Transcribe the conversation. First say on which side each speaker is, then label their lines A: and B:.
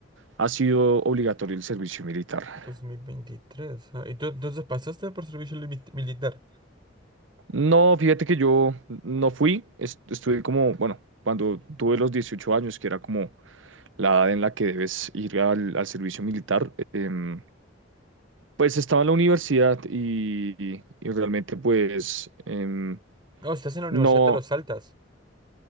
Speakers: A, on the right (about 85°); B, on the right (about 25°).
A: ha sido obligatorio el servicio militar.
B: 2023. Ah, ¿y tú entonces pasaste por servicio limi- militar?
A: No, fíjate que yo no fui, est- estuve como, bueno, cuando tuve los 18 años, que era como la edad en la que debes ir al, al servicio militar. eh, Pues estaba en la universidad y, y realmente pues em,
B: No, estás en la universidad,
A: no,
B: te lo saltas.